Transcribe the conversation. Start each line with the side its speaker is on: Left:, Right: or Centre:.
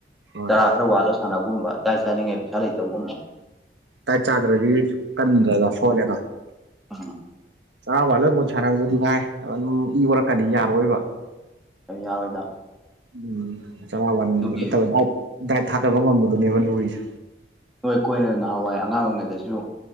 Right: ꯍꯣꯏ
Centre: ꯇꯔꯥ ꯈꯔ ꯋꯥꯠꯂ ꯁꯥꯟꯅꯕꯒꯨꯝꯕ ꯗꯥꯏ ꯆꯥꯅꯤꯡꯉꯥꯏ ꯄꯩꯁꯥ ꯂꯩꯇꯕꯒꯨꯝꯕ
Right: ꯗꯥꯏꯠ ꯆꯥꯗ꯭ꯔꯗꯤ ꯀꯟꯗ꯭ꯔꯗ ꯁꯣꯜꯂꯦꯗ
Centre: ꯑ
Right: ꯆꯥꯔ ꯋꯥꯜꯂ ꯕꯣꯜ ꯁꯥꯟꯅꯕꯗꯨꯗꯤ ꯚꯥꯏ ꯑꯗꯨꯝ ꯏ ꯑꯣꯏꯔꯛꯀꯅꯤ ꯌꯥꯔꯣꯏꯕ ꯫
Centre: ꯌꯥꯔꯣꯏꯗ
Right: ꯎꯝ ꯆꯔꯥ ꯋꯥꯟꯕ
Centre: ꯑꯗꯨꯒꯤ
Right: ꯅꯠꯇꯕ ꯗꯥꯏꯠ ꯊꯥꯗꯕ ꯉꯝꯕꯗꯨꯅꯦꯕ ꯂꯨꯔꯤꯁꯦ
Centre: ꯅꯣꯏ ꯀꯣꯏꯅ ꯅꯍꯥꯟꯋꯥꯏ ꯑꯉꯥꯡ ꯑꯣꯏꯔꯤꯉꯩꯗꯁꯨ